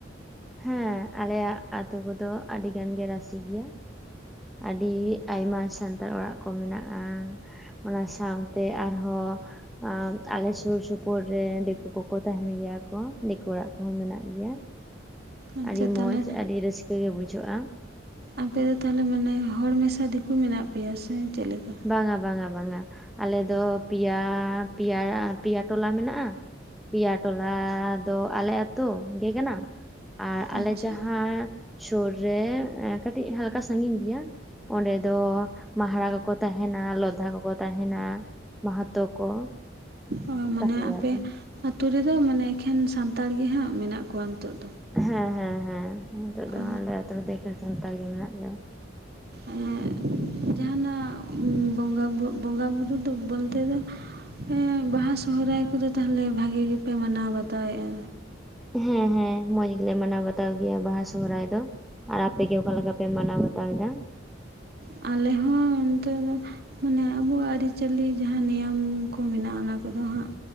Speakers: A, in the centre; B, on the right.
A: ᱦᱮᱸ ᱟᱞᱮᱭᱟᱜ ᱟᱛᱳ ᱠᱚᱫᱚ ᱟᱹᱰᱤ ᱜᱟᱱ ᱜᱮ ᱨᱟᱥᱤ ᱜᱮᱭᱟ ᱟᱹᱰᱤ ᱟᱭᱢᱟ ᱥᱟᱱᱛᱟᱲ ᱚᱲᱟᱜ ᱠᱚ ᱢᱮᱱᱟᱜ-ᱟ ᱚᱱᱟ ᱥᱟᱶᱛᱮ ᱟᱨᱦᱚ ᱟᱸ ᱟᱞᱮ ᱥᱩᱨ ᱥᱩᱯᱩᱨ ᱨᱮ ᱫᱤᱠᱩ ᱠᱚᱠᱚ ᱛᱟᱦᱮᱱ ᱜᱮᱭᱟ ᱠᱚ ᱫᱤᱠᱩ ᱚᱲᱟᱜ ᱠᱚᱦᱚ ᱢᱮᱱᱟᱜ ᱜᱮᱭᱟ
B: ᱟᱪᱪᱷᱟ
A: ᱟᱹᱰᱤ
B: ᱛᱟᱦᱚᱞᱮ
A: ᱢᱚᱸᱡᱽ ᱟᱹᱰᱤ ᱨᱟᱹᱥᱠᱟᱹ ᱜᱮ ᱵᱩᱡᱷᱟᱹᱜᱼᱟ
B: ᱟᱯᱮ ᱫᱚ ᱛᱟᱦᱚᱞᱮ ᱢᱟᱱᱮ ᱦᱚᱲ ᱢᱮᱥᱟ ᱫᱤᱠᱩ ᱢᱮᱱᱟᱜ ᱯᱮᱭᱟ ᱥᱮ ᱪᱮᱫ ᱞᱮᱠᱟ
A: ᱵᱟᱝᱟ ᱵᱟᱝᱟ ᱵᱟᱝᱟ ᱟᱞᱮ ᱫᱚ ᱯᱮᱭᱟ ᱯᱮᱭᱟ ᱯᱮᱭᱟ ᱴᱚᱞᱟ ᱢᱮᱱᱟᱜᱼᱟ ᱯᱮᱭᱟ ᱴᱚᱞᱟ ᱫᱚ ᱟᱞᱮ ᱟᱛᱳ ᱜᱮ ᱠᱟᱱᱟ ᱟᱨ
B: ᱟᱪᱪᱷᱟ
A: ᱟᱞᱮ ᱡᱟᱦᱟ ᱥᱩᱨ ᱨᱮ ᱮᱸ ᱠᱟᱹᱴᱤᱡ ᱦᱟᱞᱠᱟ ᱥᱟᱜᱤᱧ ᱜᱮᱭᱟ ᱚᱸᱰᱮ ᱫᱚ ᱢᱟᱦᱟᱨᱟ ᱠᱚ ᱠᱚ ᱛᱟᱦᱮᱱᱟ ᱞᱚᱫᱷᱟ ᱠᱚᱠᱚ ᱛᱟᱦᱮᱱᱟ ᱢᱟᱦᱟᱛᱚ ᱠᱚ
B: ᱚ ᱢᱟᱱᱮ
A: ᱛᱟᱦᱮᱸᱭᱟ
B: ᱟᱯᱮ
A: ᱠᱚ
B: ᱟᱛᱳ ᱨᱮᱫᱚ ᱢᱟᱱᱮ ᱮᱠᱷᱮᱱ ᱥᱟᱱᱛᱟᱲ ᱜᱮ ᱦᱟᱸᱜ ᱢᱮᱱᱟᱜ ᱠᱚᱣᱟ ᱱᱤᱛᱚᱜ ᱫᱚ
A: ᱦᱮᱸ ᱦᱮᱸ ᱦᱮᱸ ᱱᱤᱛᱚᱜ ᱫᱚ
B: ᱚ
A: ᱟᱞᱮ ᱟᱛᱳ ᱨᱮᱫᱚ ᱮᱠᱮᱱ ᱥᱟᱱᱛᱟᱲ ᱜᱮ ᱢᱮᱱᱟᱜ ᱞᱮᱭᱟ
B: ᱮᱸ ᱡᱟᱦᱟᱱᱟᱜ ᱵᱚᱸᱜᱟ ᱵᱚᱸᱜᱟ ᱵᱩᱨᱩ ᱫᱚ ᱵᱚᱞᱛᱮ ᱫᱚ ᱦᱮᱸ ᱵᱟᱦᱟ ᱥᱚᱦᱨᱟᱭ ᱠᱚᱫᱚ ᱛᱟᱦᱚᱞᱮ ᱵᱷᱟᱜᱤ ᱜᱮᱯᱮ ᱢᱟᱱᱟᱣ ᱵᱟᱛᱟᱣᱮᱫᱼᱟ
A: ᱦᱮᱸ ᱦᱮᱸ ᱢᱚᱸᱡᱽ ᱜᱮᱞᱮ ᱢᱟᱱᱟᱣ ᱵᱟᱛᱟᱣ ᱜᱮᱭᱟ ᱵᱟᱦᱟ ᱥᱚᱦᱨᱟᱭ ᱫᱚ ᱟᱨ ᱟᱯᱮ ᱜᱮ ᱚᱠᱟ ᱞᱮᱠᱟ ᱯᱮ ᱢᱟᱱᱟᱣ ᱵᱟᱛᱟᱣ ᱮᱫᱟ
B: ᱟᱞᱮ ᱦᱚᱸ ᱚᱱᱛᱮ ᱫᱚ ᱢᱟᱱᱮ ᱟᱵᱚᱣᱟᱜ ᱟᱹᱨᱤᱪᱟᱹᱞᱤ ᱡᱟᱦᱟ ᱱᱮᱭᱚᱢ ᱠᱚ ᱢᱮᱱᱟᱜᱼᱟ ᱚᱱᱟ ᱠᱚᱫᱚ ᱦᱟᱸᱜ